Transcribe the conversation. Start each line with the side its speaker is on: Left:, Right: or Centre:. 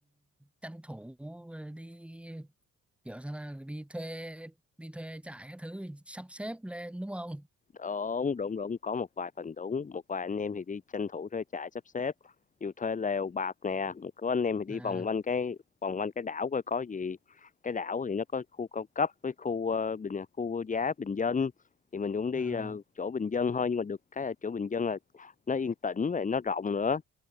Centre: tranh thủ đi kiểu sao nào đi thuê đi thuê trại cái thứ sắp xếp lên đúng không?
Left: Đúng, đúng, đúng, có một vài phần đúng, một vài anh em thì đi tranh thủ thuê trại sắp xếp, dù thuê lều bạt nè, có anh em thì đi
Centre: À,
Left: vòng quanh cái vòng quanh cái đảo coi có gì. Cái đảo thì nó có khu cao cấp với khu ờ, bình à, khu giá bình dân thì mình cũng đi
Centre: à,
Left: ờ, chỗ bình dân thôi nhưng mà được cái ở chỗ bình dân là nó yên tĩnh và nó rộng nữa.